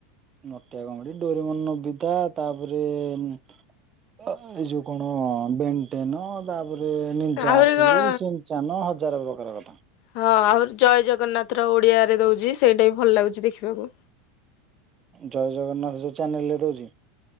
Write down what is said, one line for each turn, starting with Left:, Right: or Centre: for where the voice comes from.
Right: ନଟିଆ କମେଡି ଡୋରେମନ୍ ନବିତା ତାପରେ ଏ ଯୋଉ କଣ ବେଣ୍ଟେନ ତାପରେ ନିଞ୍ଚା
Left: ଆହୁରି
Right: ହାତରୁ
Left: କଣ
Right: ସେମତି ଚାନ ହଜାର ପ୍ରକାର କଥା
Left: ହଁ ଆଉ ଜୟ ଜଗନ୍ନାଥ ର ଓଡ଼ିଆରେ ଦଉଛି ସେଇଟା ବି ଭଲ ଲାଗୁଛି ଦେଖିବାକୁ
Right: ଜୟ ଜଗନ୍ନାଥ ଯୋଉ ଚ୍ୟାନେଲ୍ ରେ ଦଉଛି